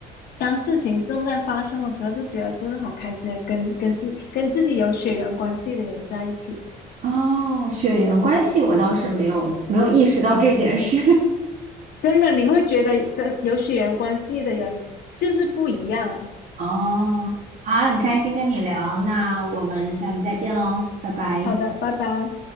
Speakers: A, on the left; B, on the right.
A: 当事情正在发生的时候，就觉得真的好开心啊，跟跟自跟自己有血缘关系的人在一起，
B: 哦，血缘关系我倒是没有没有意识到这件事。
A: 真的你会觉得跟有血缘关系的人就是不一样。
B: <laughs> 哦，好，很开心跟你聊，那我们下次再见喽，拜拜。
A: 好的，拜拜。